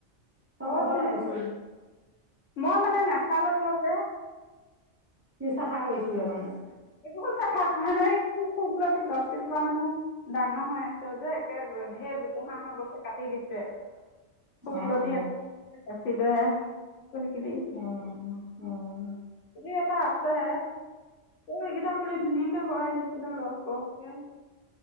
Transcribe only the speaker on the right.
তই
কব লাগিছ ।
সি চাফা কৰিছিলে মানে।
অ'
অ' অ'